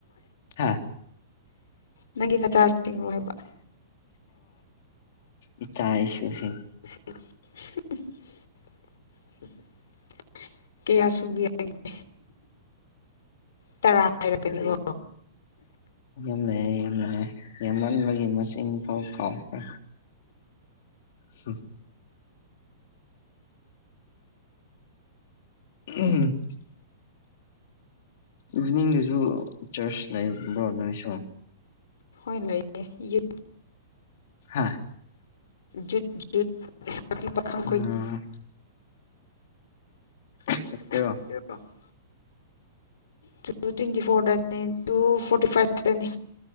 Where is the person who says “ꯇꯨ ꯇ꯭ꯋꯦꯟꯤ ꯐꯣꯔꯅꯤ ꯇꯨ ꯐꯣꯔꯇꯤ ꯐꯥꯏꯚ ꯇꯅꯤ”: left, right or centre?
Left